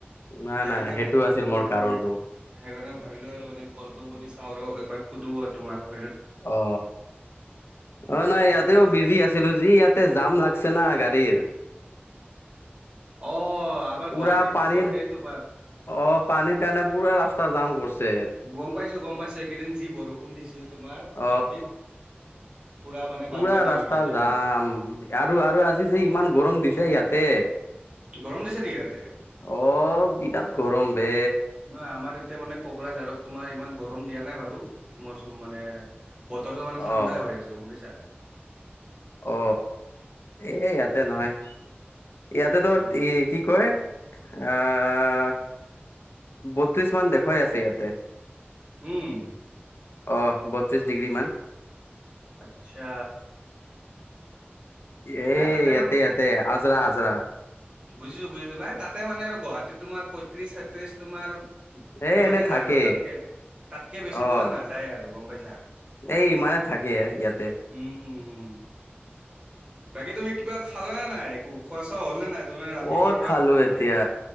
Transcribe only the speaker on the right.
সেইকাৰণে
ভাবিলো
তোমাৰ
মানে সেইকাৰণে ভাবিলো আহলো মানে কলটো ক চাও ৰ একবাৰ সুধো আৰু তোমাক‌।
বাট
অ। আমাৰ
গুৱাহাটীততো
গোটেই তোমাৰ
গম পাইছো গম পাইছো এইকেইদিন যি বৰষুণ দিছিল তোমাৰ
গুৱাহাটীত। পুৰা মানে
বানপানী
হৈ গৈছে
আৰু
গৰম দিছে নেকি তাতে
নহয় আমাৰ এতিয়া মানে কোকৰাঝাৰত তোমাৰ ইমান গৰম দিয়া নাই বাৰু মইচুম মানে বতৰটো মানে
ঠাণ্ডাই হৈ আছ গম পাইছা
অ
উম।
আচ্ছা।
নাই তাতে
বুজিছোঁ বুজিছো ভাই তাতে মানে আৰু গুৱাহাটী তোমাৰ পঁয়ত্ৰিশ, সাতত্ৰিশ তোমাৰ
সিমানে
যায়, আৰু তাতকে তাতকে বেছি
তোমাৰ নাযায় আৰু গম পাইছা?
উম উম উম বাকী তুমি কিবা খালাে নাই একো খোৱা চোৱা হ'ল নে? নাই তুমি মানে ৰাতিপুৱাৰ
পৰা
তুমি তাতে